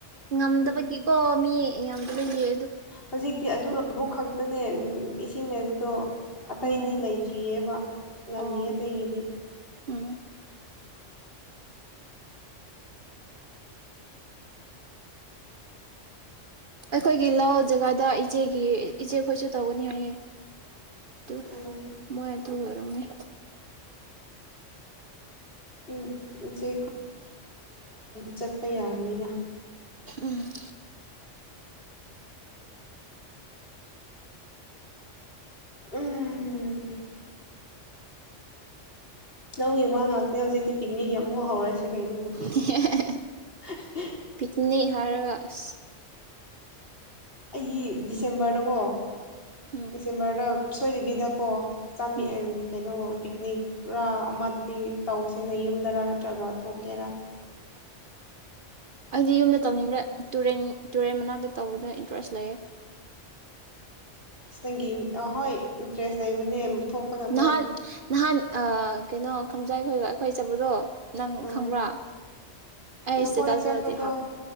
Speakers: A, on the right (about 50°); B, on the left (about 50°).
A: ꯉꯝꯗꯕꯒꯤꯀꯣ
B: ꯎꯝ
A: ꯃꯤ ꯌꯥꯝ ꯐ ꯌꯦ
B: ꯍꯧꯖꯤꯛꯇꯤ ꯑꯗꯨ ꯂꯕꯨ ꯈꯛꯇꯅꯦ ꯏꯁꯤꯡ ꯅꯩꯕꯗꯣ ꯑꯇꯩꯗꯤ
A: ꯎꯝ
B: ꯂꯩꯇ꯭ꯔꯤꯑꯕ ꯂꯜꯂꯤ
A: ꯑꯣ
B: ꯑꯇꯩꯒꯤꯗꯤ
A: ꯎꯝ ꯑꯩꯈꯣꯏꯒꯤ ꯂ ꯖꯒꯥꯗ ꯏꯆꯦꯒꯤ ꯏꯆꯦꯈꯣꯏꯁꯨ ꯇꯧꯒꯅꯤ ꯍꯥꯏꯌꯦ ꯇ
B: ꯎꯝ
A: ꯃꯣꯏ ꯇꯨ ꯑꯣꯏꯅꯤ
B: ꯎ ꯆꯦ ꯆꯠꯄ ꯌꯥꯔꯅꯤꯅ
A: ꯎꯝ
B: ꯎꯝ ꯂꯧꯏ ꯋꯥ ꯉꯥꯛꯇꯅꯦ ꯍꯧꯖꯤꯛꯇꯤ ꯄꯤꯛꯅꯤꯛ ꯑꯃꯨꯛ ꯍꯧꯔꯁꯦ ꯀꯩꯅꯣ ꯇꯣꯄꯤꯛ
A: ꯍꯦ ꯍꯦ ꯍꯦ
B: <inaudible>
A: ꯄꯤꯛꯅꯤ ꯍꯥꯏꯔꯒ <inaudible>
B: ꯑꯩꯒꯤ ꯗꯤꯁꯦꯝꯕꯔꯗꯀꯣ
A: ꯎꯝ
B: ꯁꯤꯃꯔꯗ ꯁꯣꯏꯗꯕꯤꯗꯀꯣ ꯆꯃꯤ
A: ꯎꯝ
B: ꯀꯩꯅꯣ ꯄꯤꯛꯅꯤꯛꯔ ꯑꯃꯗꯤ ꯇꯧꯁꯦꯅ ꯌꯨꯝꯗꯔ ꯅꯠꯇ꯭ꯔꯒ ꯊꯣꯛꯀꯦꯔ
A: ꯑꯩꯗꯤ ꯌꯨꯝꯗ ꯇꯧꯅꯤꯡꯗ꯭ꯔꯦ ꯇꯨꯔꯦꯟ ꯇꯨꯔꯦꯟ ꯃꯅꯥꯛꯇ ꯇꯧꯕꯗ ꯏꯟꯇꯔꯦꯁ ꯂꯩꯌꯦ
B: ꯑꯁ ꯅꯪꯒꯤ ꯍꯣꯏ ꯏꯟꯇꯔꯦꯁ ꯂꯩꯕꯅꯦ ꯊꯣꯛꯄꯗꯀꯣ
A: ꯅꯍꯥꯟ ꯅꯍꯥꯟ ꯀꯩꯅꯣ ꯀꯝꯖꯥꯏꯈꯣꯏ ꯑꯩꯈꯣꯏ ꯆꯠꯄꯗꯣ ꯅꯪ
B: ꯎꯝ
A: ꯈꯪꯕ꯭ꯔꯥ ꯑꯩ
B: ꯅꯈꯣꯏ
A: ꯏꯁꯇꯦꯇꯁꯇꯗꯤ
B: ꯆꯠꯄꯗꯣ
A: ꯍꯥꯞꯄꯦ